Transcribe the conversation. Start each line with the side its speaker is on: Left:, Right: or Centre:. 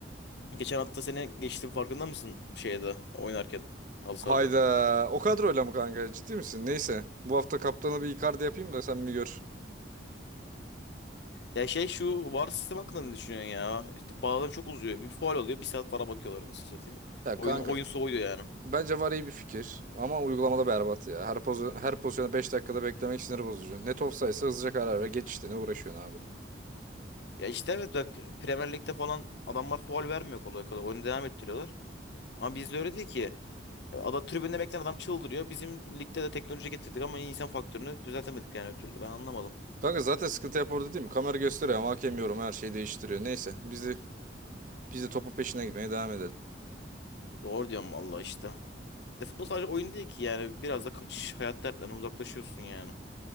Left: Geçen hafta seni geçtim farkında mısın şeyde oynarken halı sahada?
Right: Hayda. O kadroyla mı kanka? Ciddi misin? Neyse. Bu hafta kaptanı bir Icardi yapayım da sen bir gör.
Left: Ya şey şu VAR sistem hakkında ne düşünüyorsun ya? İşte bazen çok uzuyor. Bir faul oluyor. Bir saat para bakıyorlar nasıl satayım.
Right: Ya
Left: Oyun,
Right: kanka
Left: oyun soğuyor yani.
Right: bence var iyi bir fikir ama uygulamada berbat ya. Her, poz her pozisyonu 5 dakikada beklemek sinir bozucu. Net offside'sa hızlıca karar ver. Geç işte ne uğraşıyorsun abi.
Left: Ya işte evet bak Premier Lig'de falan adamlar faul vermiyor kolay kolay. Oyunu devam ettiriyorlar. Ama bizde öyle değil ki. E, Ada tribünde bekleyen adam çıldırıyor. Bizim ligde de teknoloji getirdik ama insan faktörünü düzeltemedik yani ötürü Ben anlamadım.
Right: Kanka zaten sıkıntı hep orada değil mi? Kamera gösteriyor ama hakem yorum her şeyi değiştiriyor. Neyse biz de, biz de topun peşine gitmeye devam edelim.
Left: Doğru diyorum vallahi işte. De futbol sadece oyun değil ki yani. Biraz da kaçış hayat dertlerinden uzaklaşıyorsun yani.